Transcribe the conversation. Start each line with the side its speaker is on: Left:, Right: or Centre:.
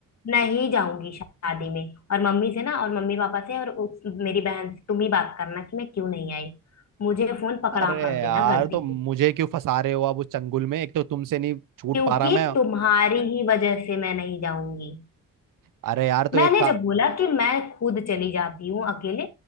Left: नहीं जाऊंगी शादी में और मम्मी से ना और मम्मी पापा से और उस मेरी बहन से तुम ही बात करना कि मैं क्यों नहीं आई मुझे फोन पकड़ा
Right: अरे
Left: मत
Right: यार
Left: देना गलती
Right: तो मुझे
Left: से
Right: क्यों फंसा रहे हो अब उस चंगुल में एक तो तुमसे नहीं छूट
Left: क्योंकि
Right: पा रहा मैं
Left: तुम्हारी ही वजह से मैं नहीं जाऊंगी
Right: अरे यार तो
Left: मैंने
Right: एक का
Left: जब बोला कि मैं खुद चली जाती हूँ अकेले